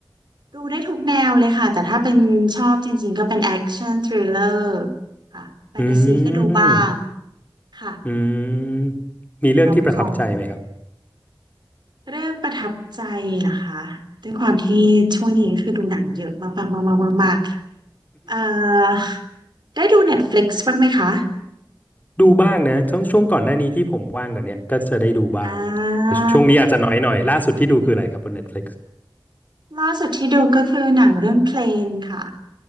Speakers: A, on the right; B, on the left.
A: ดูได้ทุกแนวเลยค่ะแต่ถ้าเป็นชอบจริงๆก็เป็นแอคชั่นทริลเลอร์ค่ะแฟนตาซีก็ดูบ้าง
B: อืม
A: ค่ะ
B: อืมมีเรื่องที่ประทับใจไหมครับ
A: รอมคอมเรื่องประทับใจเหรอคะด้วยความที่ช่วงนี้คือดูหนังเยอะมากๆๆๆๆเอ่อ ได้ดู Netflix บ้างไหมคะ
B: ดูบ้างนะช่วงช่วงก่อนหน้านี้ที่ผมว่างกว่อนเนี้ยก็จะได้ดูบ้าง
A: อ่
B: แต่ช่วงนี้อาจจะน้อยหน่อยล่าสุดที่ดูคืออะไรครับบน
A: า
B: Netflix
A: ล่าสุดที่ดูก็คือหนังเรื่องเพลนค่ะ